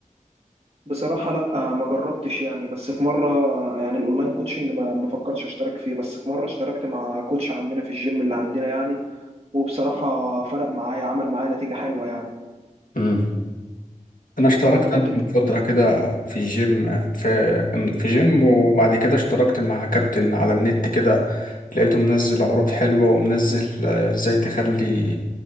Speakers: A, on the right; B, on the left.
A: بصراحه لا آه، ما جربتش يعني بس في مره يعني الاونلاين كوتشنج ما ما فكرتش اشترك فيه بس في مره اشتركت مع كوتش عندنا في الجيم اللي عندنا يعني وبصراحه فرق معايا عمل معايا نتيجه حلوه يعني
B: امم انا اشتركت
A: انت كنت
B: انا من فترة كده في الجيم في في جيم وبعد كده اشتركت مع كابتن على النت كده لقيته منزل عروض حلوة ومنزل آه، ازاي تخلي